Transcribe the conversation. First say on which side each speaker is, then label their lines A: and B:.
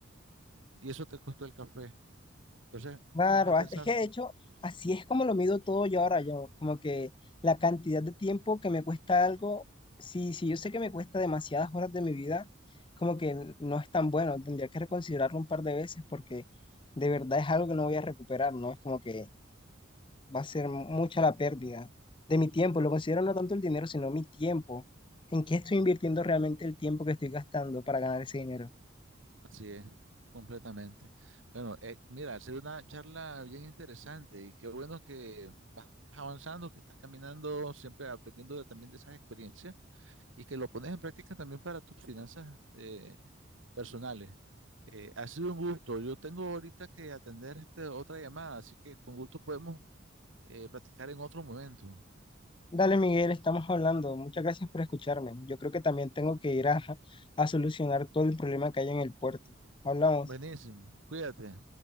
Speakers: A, on the right; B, on the left.
A: y eso te costó el café. Entonces,
B: claro.
A: vas a pensar,
B: Es que de hecho, así es como lo mido todo yo ahora, yo, como que la cantidad de tiempo que me cuesta algo, si, si yo sé que me cuesta demasiadas horas de mi vida, como que no es tan bueno, tendría que reconsiderarlo un par de veces porque de verdad es algo que no voy a recuperar, ¿no? Es como que va a ser mucha la pérdida de mi tiempo. Lo considero no tanto el dinero, sino mi tiempo. ¿En qué estoy invirtiendo realmente el tiempo que estoy gastando para ganar ese dinero?
A: así es, completamente. Bueno, eh, mira, ha sido una charla bien interesante y qué bueno que vas avanzando, que estás caminando, siempre aprendiendo de- también de esas experiencias y que lo pones en práctica también para tus finanzas. eh, personales. Eh, ha sido un gusto. Yo tengo ahorita que atender este, otra llamada, así que con gusto podemos eh, platicar en otro momento.
B: Dale, Miguel, estamos hablando. Muchas gracias por escucharme. Yo creo que también tengo que ir a, a solucionar todo el problema que hay en el puerto. Hablamos.
A: Buenísimo. Cuídate.